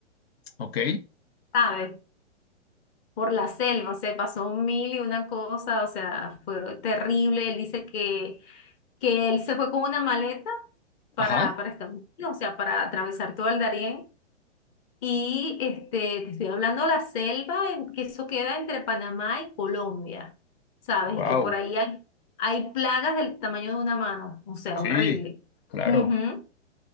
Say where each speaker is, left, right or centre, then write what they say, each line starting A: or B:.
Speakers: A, on the left; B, on the left.
A: Ok,
B: ¿sabes? Por la selva, se pasó un mil y una cosa, o sea, fue terrible, él dice que, que él se fue con una maleta para,
A: ajá,
B: para Estados Unidos, o sea, para atravesar todo el Darién Y este, te estoy hablando de la selva, en- que eso queda entre Panamá y Colombia, ¿sabes?
A: wow,
B: Y que por ahí hay, hay plagas del tamaño de una mano, o sea,
A: sí,
B: horrible.
A: claro.
B: Ujú.